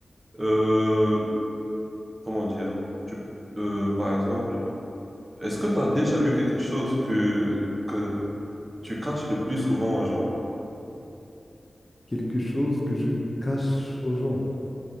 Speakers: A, on the right (about 35°); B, on the left (about 25°).
A: euh, comment dire, tu, euh, par exemple, est-ce que tu as déjà eu quelque chose que, que tu caches le plus souvent aux gens?
B: Quelque chose que je cache aux gens.